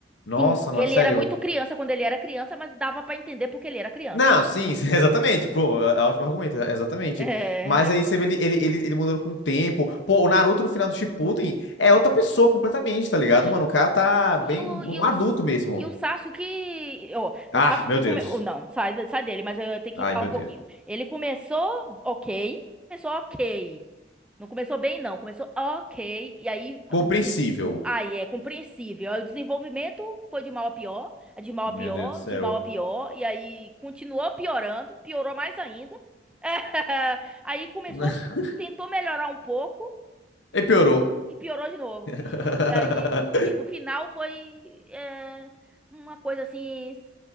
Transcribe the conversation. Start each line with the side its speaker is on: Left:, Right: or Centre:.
Left: Nossa,
Centre: sim.
Left: mano,
Centre: Ele
Left: sério.
Centre: era muito criança quando ele era criança, mas dava pra entender porque ele era criança.
Left: Não, sim, sim, <laughs> exatamente. Pô, é é ótimo argumento, é- exatamente.
Centre: É.
Left: Mas aí você vê ele, ele, ele, ele mudando com o tempo. Pô, o Naruto no final do Shippuden é outra pessoa completamente, tá ligado,
Centre: Sim.
Left: mano? O cara tá bem
Centre: E o,
Left: um
Centre: e o,
Left: adulto mesmo.
Centre: e o Sasuke, ó, o
Left: Ah,
Centre: Sasuke
Left: meu Deus.
Centre: começou, não, sai, da- sai dele, mas eu tenho que
Left: Ai,
Centre: falar
Left: meu
Centre: um pouquinho.
Left: Deus.
Centre: Ele começou ok, começou ok. Não começou bem, não, começou ok, e aí
Left: Compreensível.
Centre: o desen... aí é compreensível. Aí O desenvolvimento foi de mal a pior, de mal
Left: Meu
Centre: a pior,
Left: Deus do céu.
Centre: de mal a pior, e aí continuou piorando, piorou mais ainda. <laughs> Aí começou,
Left: <laughs>
Centre: tentou melhorar um pouco,
Left: E piorou.
Centre: e piorou de novo.
Left: <laughs>
Centre: E, e aí, no final, foi é, uma coisa assim,